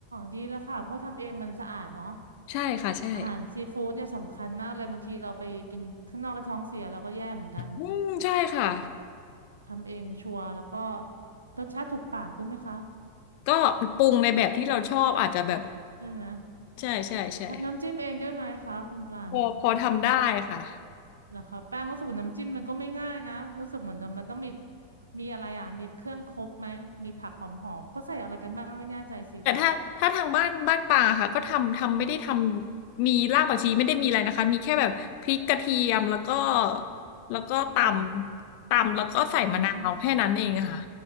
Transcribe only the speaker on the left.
ใช่ค่ะใช่
อืมใช่ค่ะ
ก็ปรุงในแบบที่เราชอบอาจจะแบบ
ใช่ใช่ใช่
พอพอทำได้ค่ะ
แต่ถ้าถ้าทางบ้านบ้านป่าค่ะก็ทำทำไม่ได้ทำมีรากผักชีไม่ได้มีอะไรนะคะมีแค่แบบพริกกระเทียมแล้วก็แล้วก็ตำตำแล้วก็ใส่มะนาวแค่นั้นเองอะค่ะ